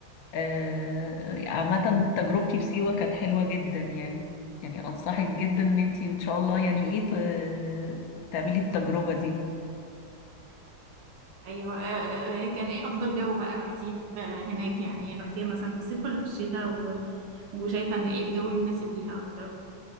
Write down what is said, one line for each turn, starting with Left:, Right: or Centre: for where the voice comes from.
Left: آه، عامة تجربتي في سيوة كانت حلوة جدا يعني يعني انصحك جدا ان انتي ان شاء الله يعني ايه ت- تعملي التجربة دي
Right: ايوه آه، آه، آه، كان ايه افضل جو بقى روحتيه في هناك يعني روحتيها مثلا في الصيف ولا في الشتاء و... وشايفة ان ايه الجو المناسب ليها اكتر